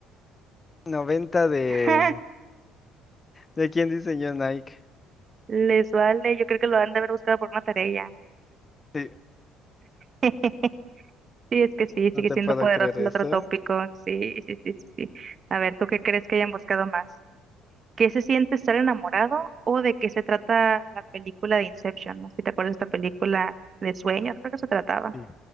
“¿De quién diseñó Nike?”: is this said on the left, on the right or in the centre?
Left